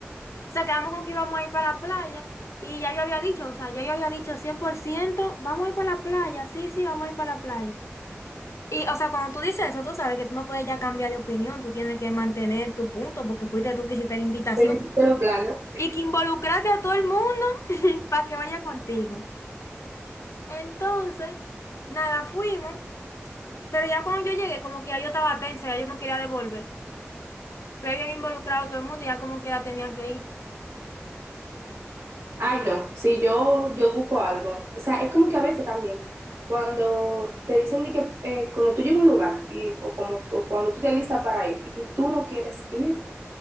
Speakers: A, on the left; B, on the right.
A: sea, quedamos con que íbamos a ir para la playa y ya yo había dicho, o sea, ya yo había dicho 100% vamos a ir para la playa, sí, sí, vamos a ir para la playa. Y, o sea, cuando tú dices eso, tú sabes que tú no puedes ya cambiar de opinión, tú tienes que mantener tu punto porque fuiste tú que hiciste la invitación
B: Me dijiste lo plano.
A: y que involucraste a todo el mundo <laughs> para que vaya contigo. Entonces, nada, fuimos, pero ya cuando yo llegué, como que ya yo estaba tensa, ya yo me quería devolver. pero habían involucrado a todo el mundo y ya como que la tenían que ir.
B: Ay, no, sí, yo, yo busco algo. O sea, es como que a veces también, cuando te dicen de que eh, cuando tú llegas a un lugar y, o como tú- cuando tú te alistas para ir y tú no quieres ir,